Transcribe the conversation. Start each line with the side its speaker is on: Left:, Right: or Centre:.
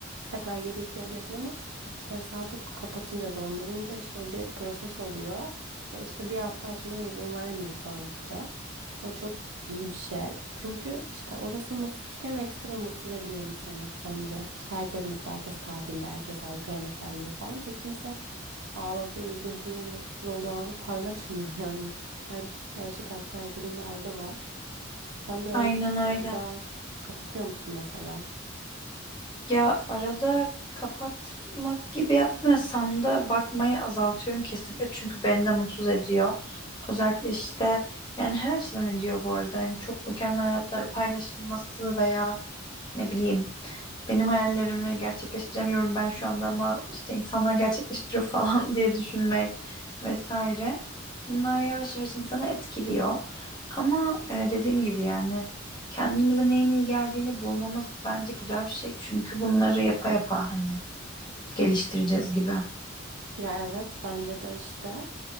Right: tekrar geri yükleyebilirsin ama işte hesabı kapatınca dondurunca işte o bir proses oluyor ve işte bir hafta açmana izin vermiyor falan işte. O çok iyi bir şey. Çünkü işte orası mutsuzken ekstra mutsuz ediyor insanı bence. İşte herkes mutlu, herkes tatilde, herkes harika yemekler yiyor falan. Çünkü kimse ağladığı, üzüldüğü, mutsuz olduğu anı paylaşmıyor <laughs> yani. Halbuki gerçek hayatta herkesin derdi var. Sen de öyle
Left: Aynen öyle.
Right: zamanlarda kapatıyor musun mesela?
Left: Ya arada kapatmak gibi yapmıyorsam da bakmayı azaltıyorum kesinlikle çünkü beni de mutsuz ediyor. Özellikle işte yani her açıdan ediyor bu arada. Hani çok mükemmel hayatlar paylaşılması veya ne bileyim Benim hayallerimi gerçekleştiremiyorum ben şu anda ama işte insanlar gerçekleştiriyor falan <laughs> diye düşünmek vesaire. Bunlar yavaş yavaş insanı etkiliyor. Ama e, dediğim gibi yani kendimize neyin iyi geldiğini bulmamız bence güzel bir şey. Çünkü bunları yapa yapa hani geliştireceğiz gibi.
Right: Ya evet bence de işte.